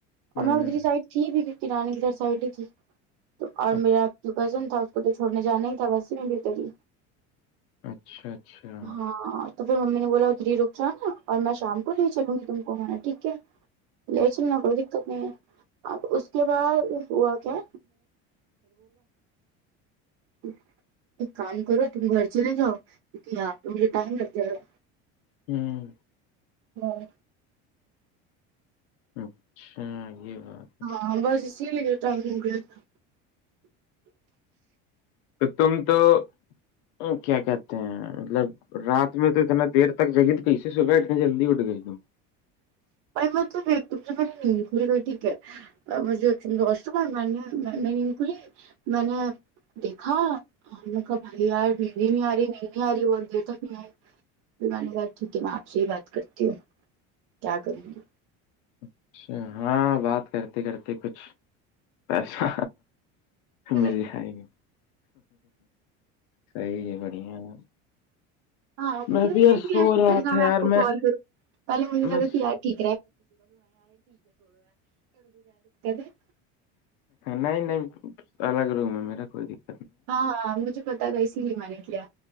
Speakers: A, on the right (about 65°); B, on the left (about 80°).
A: اور
B: ہوں
A: میں ادری سائڈ تھی بھی کی رانیے کی دھر سائڈ تھی تو اور
B: اچ-
A: میرا کزن تھا اس کو تو چھوڑنے جانا ہی تھا ویسے بھتری
B: اچھا اچھا
A: ہاں تو پھر ممی نے بولا ادھرری رک جا نا اور میں شام کو لے چلوں گی تم کو ہے نہ ٹھیک ہے لے چلنا کوئی دقت نہیں ہے اب اس کے بعد ہوا کیا <unintelligible> ایک کام کرو تم گھر چلے جاؤ کیونکی یہار تو مجھے ٹائم لگ جائے گا
B: ہمم
A: میں نے
B: اچھا یے بات
A: ہاں بس اسی لیے جو ٹم ہو گیا تھا
B: تو تم تو او کیا کہتے تے ہے مطلب رات میں تو اتنا دیر تک جگی کیسےصبح اٹنے جلدی اٹھ گئی تم
A: مطلب ایک تو مجھے میری نیند کھل گئی ٹیک ہے مجھے واشروم آرا میں نے بعد میں نیند کھلی میں نے دیکھا ہم نے کہا بھائی نیند ہی نہیں آ رہی نیند نہیں آ رہی بہت دیر تک نہیں آئی پھر میں نے بولا ٹھیک ہے میں آپ سے ہی بات کرتی ہوں کیا کروں گی
B: اچھا ہاں بات کرتے کرتے کچھ پیسہ
A: ہاں
B: مل جائے گی صحیح ہے بڑھیا ہے
A: ہاں ابھی
B: میں
A: بھی نیند
B: یار
A: نہیں
B: سو
A: ارہی
B: رہا
A: میں نے کہا
B: تھا یار
A: آپ کو
B: میں
A: کال کروں پہلے مجھے
B: میں
A: لگا کی آ <unintelligible>
B: نہیں نہیں الگ روم ہے میرا کوئی دق
A: ہاں ہاں مجھے پتہ تھا اسی لیے میں نے کیا